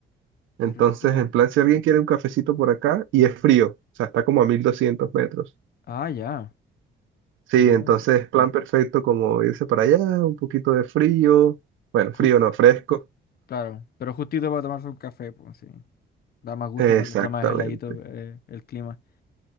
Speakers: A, on the left; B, on the right.
A: qué
B: Entonces,
A: rico.
B: en plan, si alguien quiere un cafecito por acá, y es frío, o sea, está como a 1200 metros.
A: Ah, ya.
B: Sí,
A: Oh,
B: entonces plan perfecto como irse para allá, un poquito de frío, bueno, frío
A: jus-
B: no fresco,
A: claro, pero justito para tomarse un café, pues sí. Da más gusto
B: exactamente.
A: cuando está más heladito eh, el clima.